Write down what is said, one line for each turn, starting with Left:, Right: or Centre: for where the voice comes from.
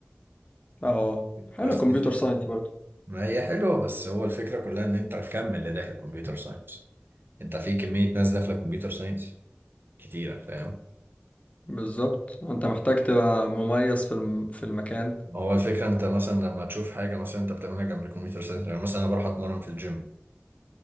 Left: اه حلو
Right: بس
Left: كمبيوتر
Right: <laughs> دي.
Left: ساينس برضه
Right: ما هي حلوه بس هو الفكره كلها ان انت تكمل اللي داخل كمبيوتر ساينس انت في كميه ناس داخله كمبيوتر ساينس كتيره فاهم
Left: بالظبط انت محتاج تبقى مميز في الم... في المكان
Right: هو الفكره انت مثلا لما تشوف حاجه مثلا انت بتعملها جنب الكمبيوتر ساينس يعني مثلا انا بروح اتمرن في الجيم